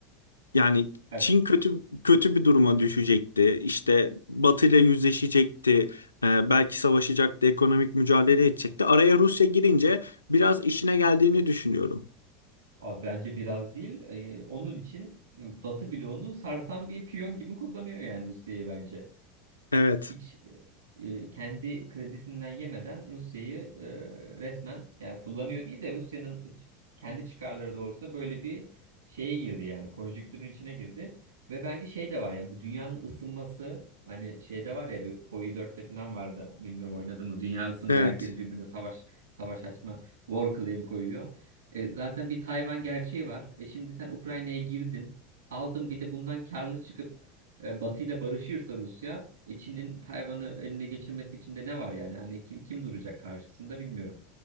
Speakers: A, on the left; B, on the right.
A: yani
B: Yani
A: Çin kötü kötü bir duruma düşecekti. İşte Batı ile yüzleşecekti. Ee, belki savaşacaktı, ekonomik mücadele edecekti. Araya Rusya girince biraz işine geldiğini düşünüyorum.
B: Abi bence biraz değil. Ee, onun için e, Batı bloğunu sarsan bir piyon gibi kullanıyor yani Rusya'yı bence
A: Evet.
B: hiç e, e, kendi kredisinden yemeden Rusya'yı e, resmen yani kullanıyor değil de Rusya'nın kendi çıkarları doğrultusunda böyle bir şeye girdi yani konjüktürün içine girdi ve bence şey de var yani bu dünyanın ısınması hani şeyde var ya bir Hoi dörtte falan vardı bilmiyorum oynadı mı dünya ısınıyor
A: Evet.
B: herkes birbirine savaş savaş açma war claim koyuyor. E, zaten bir Tayvan gerçeği var. E şimdi sen Ukrayna'ya girdin. Aldın bir de bundan karlı çıkıp e, Batı ile barışırsa Rusya, e, Çin'in Tayvan'ı eline geçirmesi için de ne var yani? Hani kim kim duracak karşısında bilmiyorum.